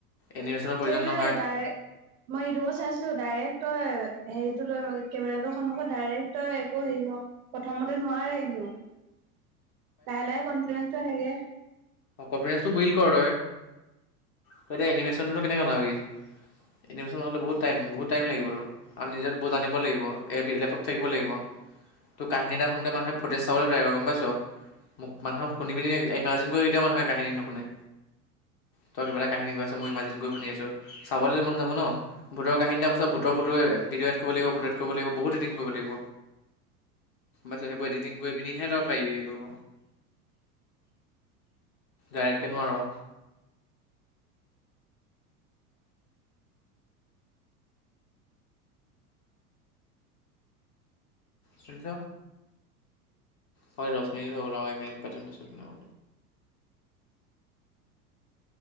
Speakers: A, on the left (about 30°); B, on the right (about 35°).
A: এনিমেশ্যনৰ প্ৰয়োজন
B: সেইটোৱে
A: নহয়
B: ডাইৰে্ মই এইটোবো চাইছিলো ডাইৰেক্ট তই হেৰিতটো লৈ কেমেৰা ৌ ডাইৰেক্ট তই একো হেৰি ন প্ৰথমতে নোৱাৰে এনেও পাহল কনফিডেঞ্চটো হেগ
A: অ কনফিডেঞ্চটো বিল্ড কৰ তই তই এতিয়া এনিমেশ্যনো কেনেকৈ বাবি এনিমেশ্যনন'লে বহুত টাইম বহুত টাইম লাগিব আৰু আৰু নিজৰ বহুট আনিব লাগিব এ লেপটপ থাকিব লাগিব তো কাহিনী এটাুনতে মানহে ফটজ চাব তিবাৰ গম পাইছো মোক মানুহক শুনি পিনি ইমাজিনকৈ কেতিয়াও মানুহে কাহিনী নুশুনে তই কিবা এটাাহিনী গৈ আছ মই ইমাজিন গৈ শুনি আছো চাবলৈ মন যাব ন ভতৰ কাহিনীটা কৈছ ব ভূতৰ ফটোে ভিডিঅ' এড কৰিব লাগিব ফটো এড কৰিব লাগিব বহুতডিং কৰিব লাগিব মছ সেইবোৰডিটিং কৰি পিনিহে তই পাৰিবি কৰিব গা়ককৈ নোৱাৰ শনিছ হয় দহ মিনিট এক মিনিট পাঁচ মিন ন ম